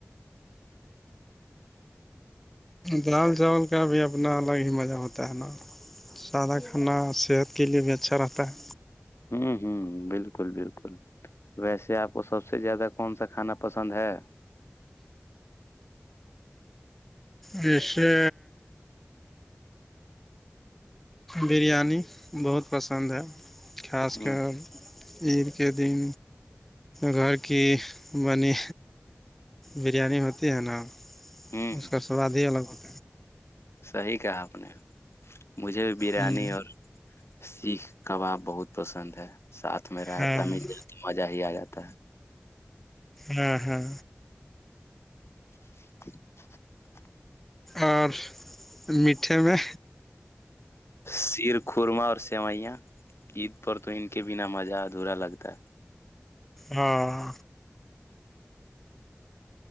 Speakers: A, in the centre; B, on the left (about 70°).
A: دال چاول کا بھی اپنا الگ ہی مزہ ہوتا ہے نا سادہ کھانا صحت کے لیے بھی اچھا رہتا ہے
B: ہوں ہوں بالکل بالکل ویسے آپ کو سب سے زیادہ کون سا کھانا پسند ہے
A: اس سے بریانی بہت پسند ہے خاص
B: ہ
A: کر عید کے دن گھر کی بنی بریانی ہوتی ہے نا
B: ہ
A: اس کا سواد ہی الگ ہوتا
B: صحیح کہا آپ نے مجھے بھی بریانی
A: ہے
B: اور سیخ کباب بہت پسند ہے ساتھ میں رہاتا
A: ہ
B: مل مزہ ہی آ جاتا
A: ہاں ہاں
B: <inaudible>
A: اور میٹھے میں
B: شیر خورما اور سیوئیاں عید پر تو ان کے بنا مزہ ادھورا لگتا ہے
A: ہاں